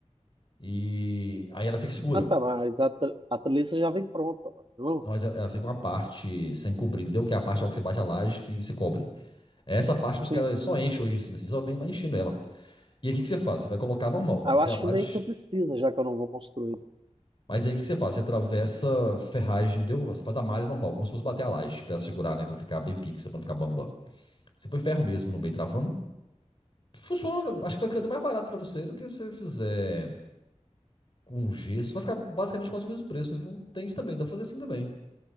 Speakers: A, on the left; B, on the right.
A: e aí ela fica segura.
B: Ah, tá, mas a, tre- a treliça já vem pronta, mano. Não?
A: Não, mas ela, ela fica uma parte sem cobrir, entendeu? Que é a parte que você bate a laje que se cobre. É essa parte
B: Sim,
A: que os caras
B: sim.
A: só enchem hoje em cima, assim, só vem lá enchendo ela. E aí o que que você faz? Você vai colocar normal, fazer
B: Ah, Eu acho
A: a laje.
B: que nem isso precisa, já que eu não vou construir.
A: Mas aí o que que você faz? Você atravessa ferragem, entendeu? Você faz a malha normal, como se fosse bater a laje, pra ela segurar, né? Pra ela ficar bem fixa, pra não ficar bamba. Você põe ferro mesmo no meio travando. Funciona, acho que vai ficar até mais barato pra você do que se você fizer com gesso. Vai ficar basicamente quase o mesmo preço, viu? Tem isso também, dá pra fazer assim também.